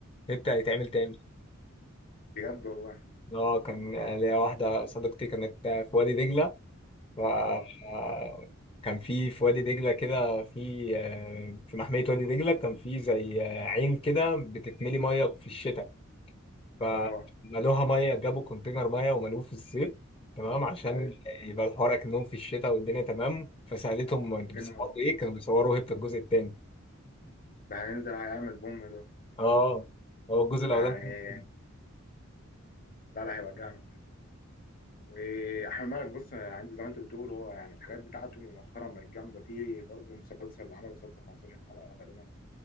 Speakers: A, on the left; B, on the left.
A: هبته هيتعمل تاني
B: بجد والله
A: اه كان ليا واحده صديقتي كانت في وادي دجله ف
B: اه
A: آه، كان في في وادي دجله كده في آه، في محميه وادي دجله كان في زي آه، عين كده بتتملي ميه في الشتاء فملوها
B: اه
A: ميه جابوا كونتينر ميه وملوه في الصيف تمام عشان
B: أيوه
A: يبقى الحوار اكنهم في الشتاء والدنيا تمام فسالتهم انتوا
B: كأنه
A: بتصوروا
B: مظبوط
A: ايه كانوا بيصوروا هيبت الجزء الثاني
B: ده هينزل هيعمل بوم ده
A: اه هو الجزء الاولاني
B: يعني
A: كان-
B: لا لا هيبقى جامد وأحمد مالك بص عندي زي ما أنت بتقول هو يعني الحاجات بتاعته مؤخرا بقت جامدة في برضه مسلسل عمل مسلسل 15 حلقة غالبا